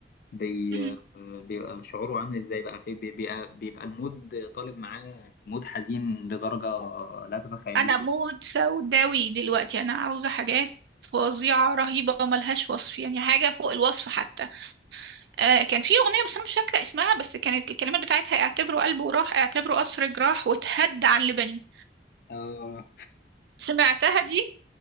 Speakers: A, on the left; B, on the right.
A: بي...
B: مم.
A: بيبقى شعوره عامل ازاي بقى في بي- بيبقى, بيبقى المود طالب معاه مود حزين لدرجة لا تتخيليها
B: أنا مود سوداوي دلوقتي أنا عاوزة حاجات فظيعة رهيبة ملهاش وصف يعني حاجة فوق الوصف حتى آه كان في أغنية بس أنا مش فاكرة اسمها بس كانت الكلمات بتاعتها اعتبره قلبه راح اعتبره قصر جراح وتهد على اللبني
A: آه
B: سمعتها دي